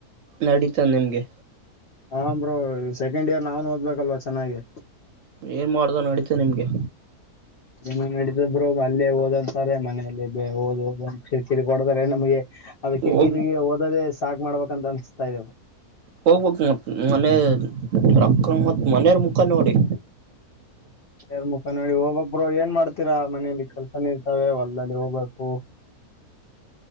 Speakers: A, on the right; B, on the left.
A: ನಡೀತಾ ನಿಮ್ಗೆ
B: ಹಂಬರು ಸೆಕೆಂಡ್ ಇಯರ್ ನಾವ್ನು ಓದ್ಬೇಕಲ್ವಾ ಚೆನ್ನಾಗಿ
A: ಏನು ಮಾಡದು ಅ ನ ನಡೀತು ನಿಮಗೆ
B: ಇನ್ನು ನಡಿದಬ್ರು ಅಲ್ಲೇ ಓದ್ಂತಾರೆ ಮನೆಯಲ್ಲಿ ಓದ್ ಓದ ಕಿರಿಕಿರಿ ಕೊಡತಾರೆ ನಮ್ಗೆ ಅದ ಕಿರಿಕಿರಿರಿಗೆ
A: ಹೋಗಿ
B: ಓದದೆೇ ಸಾಕಕ್ ಮಾಡ್ಬೇಕ ಅಂತ ಅನ್ಸಸ್ತಾ ಇದದೆವ
A: ಹೋಗ್ಬ ಮತ್ ಮನಕ್ಕ ಮತ್ ಮನೆಯರ ಮುಖ ನೋಡಿ
B: ಸೇರ್ ಮುಖ ನೋಡಿ ಹೋಗ್ಬಕ್ ಬ್ರೋ ಏನ್ ಮಾಡ್ತೀರಾ ಮನೇಲಿ ಕೆಲ್ಸನ ಇರ್ತಾವೆ ಹೊಲ್ಲ ಹೋಗ್ಬೇಕು